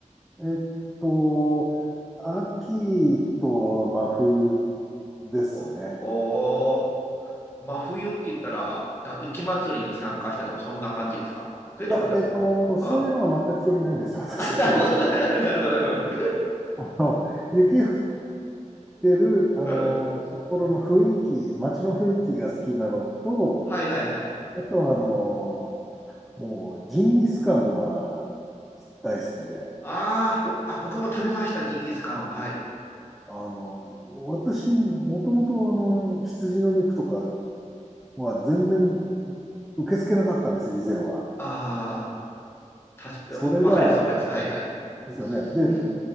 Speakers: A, in the centre; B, on the left.
A: えっと、秋と真冬ですね。
B: おおー、真冬って言ったら、なんか雪祭りに参加したとか、そんな感じですかそれともまだ、
A: いや、えっと、
B: は
A: そういうのは全く興味ないんですよ、私。
B: あ、<laughs> あなるほど
A: <laughs>
B: <laughs>、なるほど、なるほど。
A: あの、雪降ってる、
B: <laughs>
A: あの、
B: うん
A: 札幌の雰囲気、街の雰囲気が好きなのと、
B: はいはいはい。
A: あとはあの、もうジンギスカンが大好きで、
B: あーおあ、僕も食べました、ジンギスカンは。はい。
A: あの、私、もともとあの、羊の肉とかは全然受け付けなかったんですよ、以前は。
B: ああ、たし、
A: それが、
B: ぼわかります、わかります。はい、はい。
A: ですよね。で、
B: うん。